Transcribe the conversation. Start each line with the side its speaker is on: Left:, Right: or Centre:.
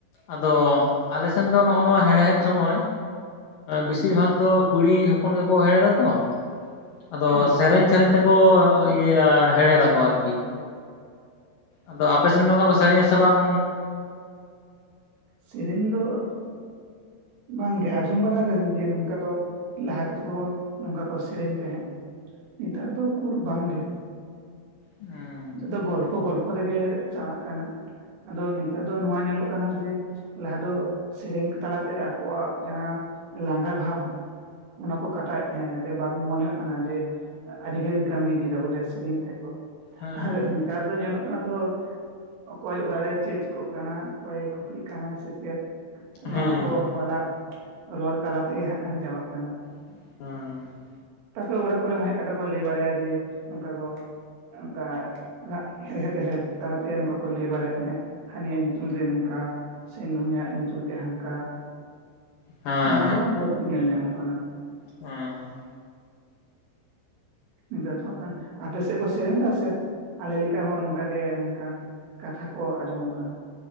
Left: ᱟᱫᱚ ᱟᱞᱮ ᱥᱮᱱ ᱫᱚ ᱱᱚᱜᱼᱚᱭ ᱱᱚᱣᱟ ᱦᱮᱲᱦᱮᱫ ᱥᱚᱢᱚᱭ ᱵᱮᱥᱤᱨ ᱵᱷᱟᱜᱽ ᱫᱚ ᱠᱩᱲᱤ ᱦᱚᱯᱚᱱ ᱜᱮᱠᱚ ᱦᱮᱲᱦᱮᱫ-ᱟ ᱛᱚ, ᱟᱫᱚ
Right: ᱦᱮᱸ
Left: ᱥᱮᱨᱮᱧ ᱥᱮᱨᱮᱧ ᱛᱮᱠᱚ ᱤᱭᱟᱹ ᱦᱮᱲᱦᱮᱫ ᱟᱠᱚ ᱟᱨᱠᱤ, ᱟᱫᱚ ᱟᱯᱮ ᱥᱮᱱ ᱫᱚ ᱚᱱᱠᱟ ᱠᱚ ᱥᱮᱨᱮᱧᱟ ᱥᱮ ᱵᱟᱝ?
Right: ᱥᱮᱨᱮᱧ ᱫᱚ ᱵᱟᱝᱜᱮ ᱟᱸᱡᱚᱢ ᱵᱟᱲᱟ ᱠᱟᱹᱫᱟᱹᱧ ᱡᱮ ᱱᱚᱝᱠᱟ ᱫᱚ ᱞᱟᱦᱟ ᱛᱮᱫᱚ ᱠᱚ ᱱᱚᱝᱠᱟ ᱠᱚ ᱥᱮᱨᱮᱧ ᱛᱟᱦᱮᱸᱫ ᱱᱮᱛᱟᱨ ᱫᱚ ᱠᱚᱠᱩᱨ ᱵᱟᱝ ᱜᱮ᱾
Left: ᱦᱮᱸ
Right: ᱡᱚᱛᱚ ᱜᱚᱞᱯᱷᱚ ᱜᱚᱞᱯᱷᱚ ᱛᱮᱜᱮ ᱪᱟᱞᱟᱜ ᱠᱟᱱᱟ᱾ ᱟᱫᱚ ᱱᱮᱛᱟᱨ ᱫᱚ ᱱᱚᱣᱟ ᱧᱮᱞᱚᱜ ᱠᱟᱱᱟ ᱡᱮ ᱞᱟᱦᱟ ᱫᱚ ᱥᱮᱨᱮᱧ ᱛᱟᱞᱟᱛᱮ ᱟᱠᱚᱣᱟᱜ ᱡᱟᱦᱟᱸ ᱞᱟᱸᱜᱟ ᱵᱷᱟᱵᱽ ᱚᱱᱟ ᱠᱚ ᱠᱟᱴᱟᱣᱮᱫ ᱛᱟᱦᱮᱸᱫ, ᱵᱟᱝ ᱢᱚᱱᱮᱚᱜ ᱠᱟᱱᱟ ᱡᱮ ᱟᱹᱰᱤ ᱜᱷᱟᱹᱲ ᱤᱧ ᱠᱟᱹᱢᱤ ᱤᱫᱤᱭᱮᱫᱟ ᱵᱚᱞᱮ ᱥᱮᱨᱮᱧ ᱛᱟᱦᱮᱡ ᱠᱚ
Left: ᱦᱮᱸ
Right: ᱟᱨ ᱱᱮᱛᱟᱨ ᱫᱚ ᱧᱮᱞᱚᱜ ᱠᱟᱱᱟ ᱛᱚ ᱚᱠᱚᱭ ᱚᱲᱟᱜ ᱨᱮ ᱪᱮᱫ ᱪᱤᱠᱚᱜ ᱠᱟᱱᱟ ᱚᱠᱚᱭᱮ ᱠᱷᱟᱹᱯᱲᱤᱜ ᱠᱟᱱᱟᱭ ᱥᱮᱪᱮᱫ ᱱᱚᱣᱟ
Left: ᱦᱮᱸ
Right: ᱠᱚ ᱦᱚᱞᱟᱟᱜ ᱨᱚᱲ ᱛᱟᱞᱟ ᱛᱮᱜᱮ ᱦᱟᱸᱜ ᱠᱷᱟᱱ ᱟᱱ ᱪᱟᱵᱟᱜ ᱠᱟᱱᱟ᱾
Left: <inaudible>
Right: ᱛᱟᱯᱚᱨᱮ ᱚᱲᱟᱜ ᱠᱚᱨᱮ ᱦᱚᱸ ᱦᱮᱡ ᱠᱟᱛᱮ ᱠᱚ ᱞᱟᱹᱭ ᱵᱟᱲᱟᱭᱟ ᱡᱮ ᱱᱚᱝᱠᱟ ᱠᱚ ᱚᱱᱠᱟᱟᱜ ᱦᱮᱲᱦᱮᱫ ᱦᱮᱲᱦᱮᱫ ᱛᱟᱞᱟᱛᱮ ᱱᱚᱝᱠᱟ ᱠᱚ <inaudible> ᱛᱟᱦᱮᱸᱫ ᱦᱟᱹᱱᱤᱭᱟᱜ ᱧᱩᱛᱩᱢ ᱛᱮ ᱱᱚᱝᱠᱟ ᱥᱮ ᱱᱩᱭᱟᱜ ᱧᱩᱛᱩᱢ ᱛᱮ ᱦᱟᱝᱠᱟ,
Left: ᱦᱮᱸ
Right: ᱱᱚᱣᱟ ᱠᱚᱨᱮ ᱦᱚᱸ ᱵᱟᱲᱛᱤ ᱧᱮᱞ ᱧᱟᱢᱚᱜ ᱠᱟᱱᱟ᱾
Left: ᱦᱮᱸ᱾
Right: ᱱᱮᱛᱟᱨ ᱫᱚ ᱦᱟᱸᱜ ᱠᱷᱟᱱ ᱟᱯᱮᱥᱮᱫ ᱠᱚ ᱥᱮᱨᱮᱧ ᱫᱟ ᱥᱮᱫ ᱟᱞᱮ ᱞᱮᱠᱟ ᱦᱚᱸ ᱱᱚᱝᱠᱟᱜ ᱜᱮ ᱠᱟᱱ ᱠᱟᱛᱷᱟ ᱠᱚ ᱟᱸᱡᱚᱢᱚᱜ ᱠᱟᱱᱟ᱾